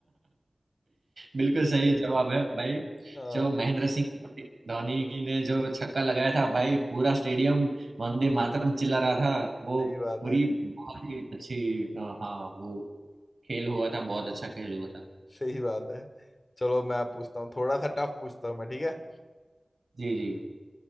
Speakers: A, on the right; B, on the left.
A: बिल्कुल सही जवाब है भाई
B: हाँ
A: जो महेंद्र सिंह धोनी ने जो छक्का लगाया था भाई पूरा स्टेडियम वंदे मातरम चिल्ला रहा था वो
B: सही बात
A: पूरी
B: है
A: बहुत ही अच्छी अ, हाँ वो खेल हुआ था बहुत अच्छा खेल हुआ था
B: सही बात है चलो मैं पूछता हूँ थोड़ा सा टफ पूछता हूँ मैं ठीक है
A: जी जी